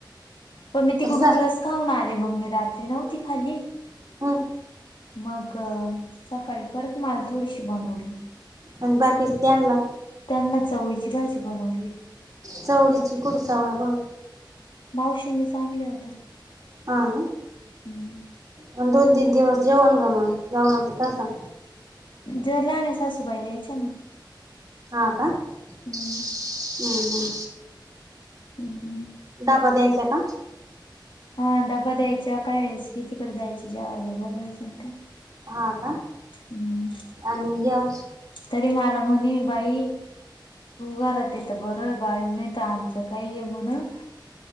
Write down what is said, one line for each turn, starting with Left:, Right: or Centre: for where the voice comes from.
Left: पण मी तिकडून
Right: सा
Left: रस खाऊन आले, मग मी रात्री नव्हती, खाल्ली.
Right: हं.
Left: मग सकाळी, परत माला थोडीशी, बनवली.
Right: अन बाकीच त्यांनला?
Left: त्यांना, चवळीची भाजी, बनवली.
Right: चवळीची कूडू, चवळ्या कुडून?
Left: मावशीनीच आणल्या, होत्या.
Right: हा ना,
Left: हम्म
Right: मग दोन-तीन दिवस, जेवण ग मग, जेवणाच कसं?
Left: ज <unintelligible> लहान्या सासूबाई, द्यायच्या ना.
Right: हा का? हम्
Left: हम्म
Right: हम्म.
Left: ह्म्म्म.
Right: डबा, द्यायच्या का?
Left: हा, डबा द्यायच्या, काइ वेळेस हे तिकडे जायचे, जेवायला बोलावायच्या न त्यां.
Right: हा का?
Left: हम्म्म.
Right: आणि ह्य?
Left: तरी माला म्हनी, बाई तू घरात हाय ते बर बाय, नाही तर आमचं काही आहे म्हण